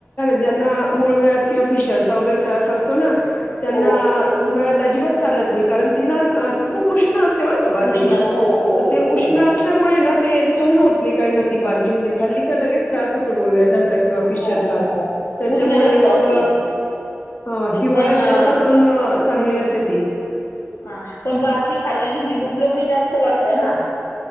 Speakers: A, on the left; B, on the left.
A: ज्यांना मूळव्याध किंवा फिशरचा वगैरे त्रास असतो ना त्यांना
B: हो
A: उन्हाळ्यात अजिबात चालत कारण ती ना खूप ऊष्ण उष्ण असते बर का बाजरी
B: उष्ण हो हो
A: तर
B: हो
A: ते उष्ण
B: हो
A: असल्यामुळे ना ते
B: हम्म.
A: सहण होत नाही काहीना ती बाजरी म्हणजे खाली की लगेच त्रास होतो मुळव्याध किंवा
B: हो
A: फिशरचा
B: हो हो
A: त्याच्यामुळे
B: उष्ण जास्त
A: मग
B: असते
A: हा हिवाळ्यात
B: पण अ,
A: जास्त करून चांगली असते ती
B: हा पण बाजरी खाल्ल्याने हिमोग्लोबिन जास्त वाढतं ना